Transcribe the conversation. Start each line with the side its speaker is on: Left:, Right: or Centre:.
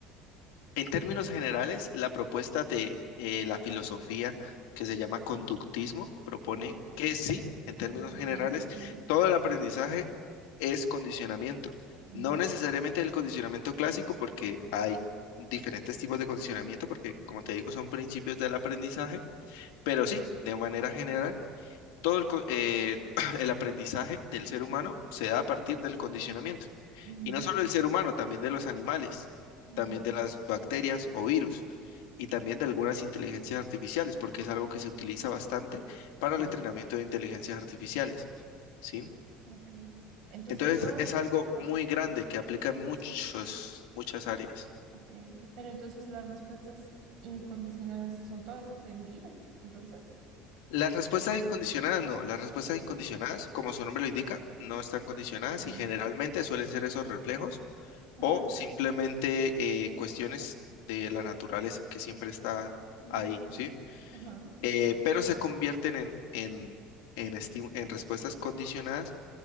Left: En términos generales, la propuesta de eh, la filosofía que se llama conductismo propone
Right: Ujú.
Left: que sí, en términos
Right: Ah, ok,
Left: generales,
Right: sí.
Left: todo el aprendizaje es condicionamiento.
Right: Mm,
Left: No necesariamente el condicionamiento clásico, porque hay diferentes tipos de condicionamiento, porque como te digo, son principios del aprendizaje, pero sí, de manera general, todo el, co- eh, <clears throat> el aprendizaje del ser humano se da a partir del condicionamiento.
Right: ujú,
Left: Y no solo del ser humano, también de los animales,
Right: ujú,
Left: también de las bacterias o virus, y también de algunas inteligencias artificiales, porque es algo que se utiliza bastante para
Right: Sí,
Left: el entrenamiento de inteligencias artificiales, ¿sí?
Right: ok. Entonces
Left: Entonces
Right: todas,
Left: es algo
Right: ah,
Left: muy grande que aplica en muchos,
Right: sí,
Left: muchas áreas.
Right: ok. Pero entonces las respuestas incondicionadas son todas aprendidas, entonces.
Left: Las respuestas incondicionadas, no, las respuestas incondicionadas,
Right: Ujú.
Left: como su nombre lo indica, no están condicionadas
Right: Sí.
Left: y generalmente suelen ser esos reflejos
Right: Ajá.
Left: o simplemente eh, cuestiones de la naturaleza que siempre está
Right: mm,
Left: ahí, ¿sí?
Right: Ajá.
Left: eh, pero se convierten en, en, en, esti- en respuestas condicionadas